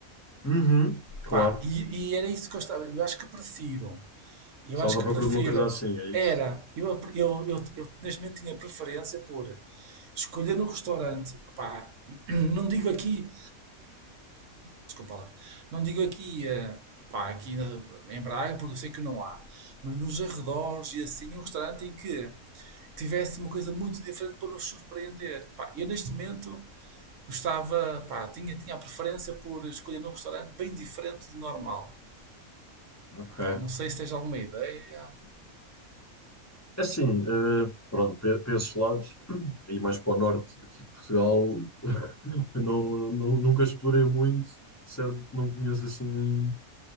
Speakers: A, on the left; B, on the right.
A: Uhum. Claro.
B: Pá, e, e era isso que eu estava. Eu acho que prefiro. Eu
A: Estavas
B: acho
A: à
B: que
A: procura
B: prefiro.
A: de uma coisa assim, é
B: Era.
A: isso?
B: Eu, eu, eu, eu neste momento tinha preferência por escolher no restaurante. Pá, <clears throat> não digo aqui Desculpa lá. Não digo aqui, eh, pá, aqui na- em Braga, porque eu sei que não há, mas nos arredores e assim, um restaurante em que tivesse uma coisa muito diferente para nos surpreender. Pá, eu neste momento gostava, pá, tinha, tinha a preferência por escolher um restaurante bem diferente do normal.
A: Ok.
B: Pá, não sei se tens alguma ideia.
A: É assim, eh, pronto, pe- para esses lados, <clears throat> aí mais para o norte daqui de Portugal, <laughs> Eu não, nu- nunca explorei muito, de certo? Não conheço assim